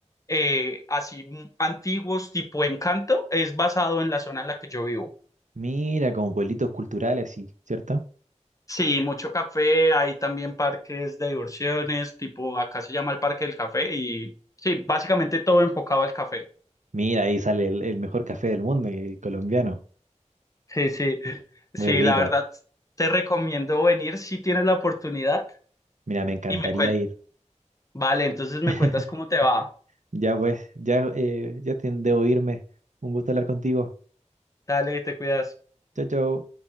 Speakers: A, on the left (about 25°); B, on the right (about 80°).
A: eh, así mm, antiguos, tipo Encanto, es basado en la zona en la que yo vivo.
B: Mira, como pueblitos culturales, sí, ¿cierto?
A: Sí, mucho café, hay también parques de diversiones, tipo acá se llama el Parque del Café y sí, básicamente todo enfocado al café.
B: Mira, ahí sale el, el mejor café del mundo, el colombiano.
A: Sí, sí, sí,
B: Muy rico.
A: la verdad te recomiendo venir si tienes la oportunidad.
B: Mira, me encantaría
A: Y me cuentas,
B: ir.
A: vale, entonces me
B: <laughs>
A: cuentas cómo te va.
B: Ya pues, ya, eh, ya te- debo irme. Un gusto hablar contigo.
A: Dale, te cuidas.
B: Chao, chao.